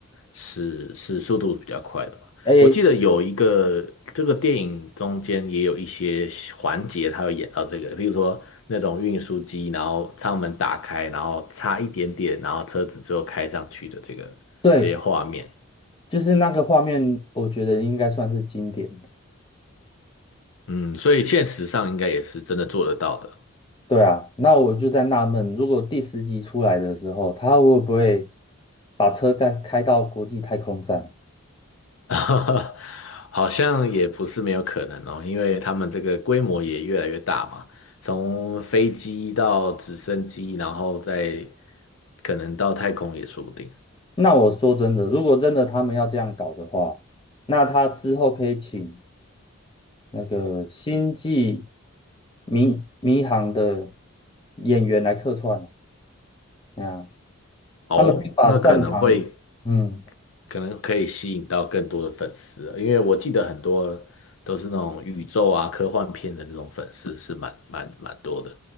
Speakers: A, on the left; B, on the left.
A: 是是速度比较快的嘛。
B: 哎，
A: 我记得有一个这个电影中间也有一些环节，它有演到这个，比如说那种运输机，然后舱门打开，然后差一点点，然后车子最后开上去的这个这些画面。
B: 对，就是那个画面，我觉得应该算是经典的。
A: 嗯，所以现实上应该也是真的做得到的。
B: 对啊，那我就在纳闷，如果第十集出来的时候，他会不会把车开开到国际太空站？
A: <laughs> 好像也不是没有可能哦，因为他们这个规模也越来越大嘛，从飞机到直升机，然后再可能到太空也说不定
B: 那我说真的，如果真的他们要这样搞的话，那他之后可以请那个星际迷迷航的演员来客串，哎呀
A: 哦。
B: 他们会把战场，
A: 那可能会
B: 嗯
A: 可能可以吸引到更多的粉丝了，因为我记得很多都是那种宇宙啊科幻片的那种粉丝是蛮蛮蛮多的。